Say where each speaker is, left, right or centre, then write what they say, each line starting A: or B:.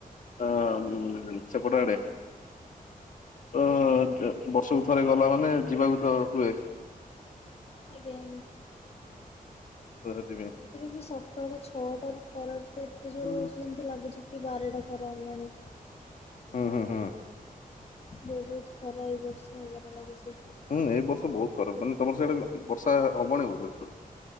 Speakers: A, on the left; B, on the left.
A: ଟା ସେପଟ ଆଡେ ତ ତ-ବର୍ଷକୁ ଥରେ ଗଲା ମାନେ ଯିବାକୁ ତ ହୁଏ।
B: ଆଜ୍ଞା ଆଜ୍ଞା।
A: ତ ସେଥିପାଇଁ
B: ଏମିତିରେ ବି ସକାଳ ଛଅଟାରୁ ଖରା ବି ତ ଏତେ ଜୋରେ
A: ହୁଁ
B: ହୋଉଚି ଯେମତି ଲାଗୁଚି କି ବାରଟା ଖରା ହେଲାଣି।
A: ହୁଁ ହୁଁ ହୁଁ।
B: ବୋହୁତ ଖରା ଏ ବର୍ଷ ହବାରେ ଲାଗିଛି।
A: ହୁଁ ଏଇ ବର୍ଷ ବୋହୁତ ଖରାପ ମାନେ ତମର ସ୍ୟାଡେ ବର୍ଷା ହବଣି ବୋଧ?